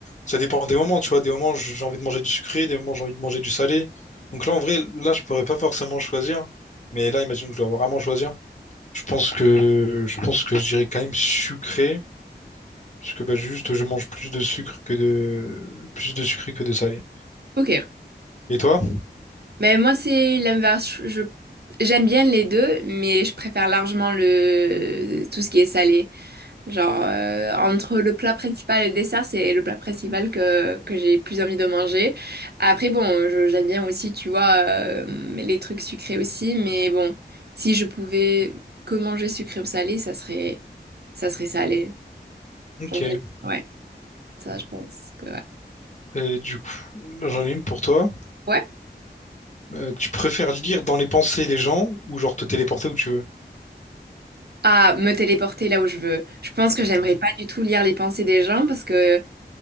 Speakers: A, on the left; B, on the right.
A: ça dépend des moments, tu vois. Des moments, j'ai envie de manger du sucré, des moments, j'ai envie de manger du salé. Donc là, en vrai, là, je pourrais pas forcément choisir. Mais là, imagine que je dois vraiment choisir. Je pense que, je pense que je dirais quand même sucré. Parce que bah, juste, je mange plus de sucre que de... plus de sucré que de salé.
B: ok.
A: Et toi?
B: Mais moi, c'est l'inverse. Je, je- j'aime bien les deux, mais je préfère largement le, tout ce qui est salé. Genre, euh, entre le plat principal et le dessert, c'est le plat principal que, que j'ai plus envie de manger. Après, bon, je- j'aime bien aussi, tu vois, euh, les trucs sucrés aussi, mais bon, si je pouvais que manger sucré ou salé, ça serait, ça serait salé.
A: Ok.
B: Genre, ouais, ça, je pense que ouais.
A: Et du coup, là, j'en ai une pour toi.
B: Ouais,
A: Euh, tu préfères lire dans les pensées des gens ou genre te téléporter où tu veux?
B: à me téléporter là où je veux. Je pense que j'aimerais
A: Ouais.
B: pas du tout lire les pensées des gens parce que